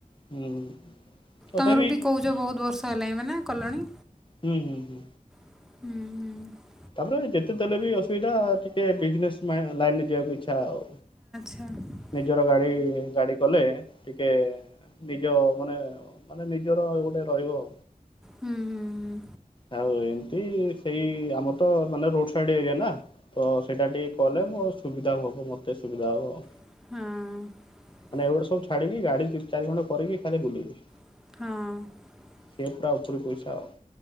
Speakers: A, on the left; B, in the centre.
A: ହୁଁ ତଥାପି
B: ତମର ବି କହୁଛ ବହୁତ ବର୍ଷ ହେଲାଣି ମାନେ କଲଣି।
A: ହୁଁ ହୁଁ ହୁଁ।
B: ହୁଁ ହୁଁ।
A: ତାପରେ ଯେତେ ଦେଲେ ବି ଅସୁବିଧା ଟିକେ ବିଜନେସ୍ ଲାଇନ ରେ ଯିବାକୁ ଇଚ୍ଛା ଆଉ
B: <unintelligible>
A: ନିଜର ଗାଡି ଗାଡି କଲେ ଟିକେ ନିଜ ମାନେ ମାନେ ନିଜର ଗୋଟେ ରହିବ।
B: ହୁଁ ହୁଁ।
A: ଆଉ ଏମିତି ସେଇ ଆମର ତ ମାନେ ରୋଡ ସାଇଡ ଏରିଆ ନା ତ ସେଇଟା ଟିକେ କଲେ ସୁବିଧା ହବ ମୋତେ ସୁବିଧା ହବ।
B: ହଁ।
A: ମାନେ ଏଗୁଡା ସବୁ ଛାଡ଼ିକି ଗାଡ଼ି ଚାରିଖଣ୍ଡ କରିକି ଖାଲି ବୁଲିବି।
B: ହଁ।
A: କେପ୍ ଟା ଉପରି ପଇସା ଆଉ।